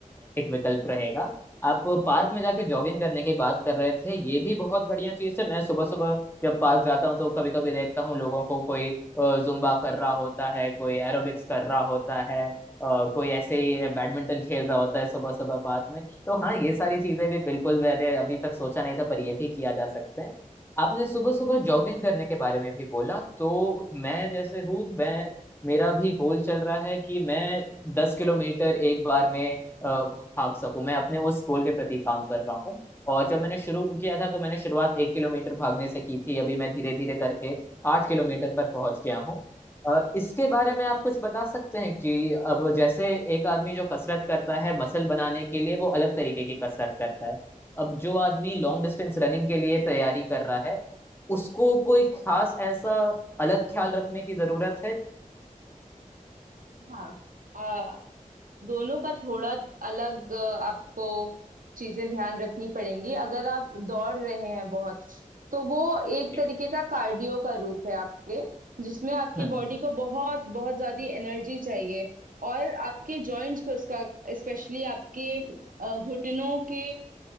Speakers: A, on the left (about 15°); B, on the right (about 75°).
A: एक विकल्प रहेगा आप पार्क में जाके जॉगिंग करने की बात कर रहे थे ये भी बहुत बढ़िया चीज़ है मैं सुबह सुबह जब पार्क जाता हूँ तो कभी कभी देखता हूँ लोगों को कोई जुम्बा कर रहा होता है कोई एरोबिक्स कर रहा होता है अ, कोई ऐसे ही बैडमिंटन खेल रहा होता है सुबह सुबह पार्क में तो हाँ ये सारी चीजें भी बिल्कुल मैंने अभी तक सोचा नहीं था पर ये भी किया जा सकता है आपने सुबह सुबह जॉगिंग करने के बारे में भी बोला तो मैं जैसे हूँ मैं मेरा भी गोल चल रहा है कि मैं दस किलोमीटर एक बार में अ, भाग सकूं मैं अपने उस गोल के प्रति काम कर रहा हूँ और जब मैंने शुरू किया था तो मैंने शुरुआत एक किलोमीटर भागने से की थी अभी मैं धीरे धीरे करके आठ किलोमीटर पर पहुंच गया हूँ अ, इसके बारे में आप कुछ बता सकते हैं कि अब जैसे एक आदमी जो कसरत करता है मसल बनाने के लिए वो अलग तरीके की कसरत करता है अब जो आदमी लॉन्ग डिस्टेंस रनिंग के लिए तैयारी कर रहा है उसको कोई खास ऐसा अलग ख्याल रखने की जरूरत है
B: हाँ अ, दोनों का थोड़ा अलग अ, आपको चीजें ध्यान रखनी पड़ेंगी अगर आप दौड़ रहे हैं बहुत तो वो एक
A: जी।
B: तरीके का कार्डियो का रूप है आपके जिसमें आपकी
A: हम्म
B: बॉडी
A: हम्म।
B: को बहुत बहुत ज्यादा एनर्जी चाहिए और आपके जॉइंट्स पे उसका स्पेशली आपके अ, घुटनों के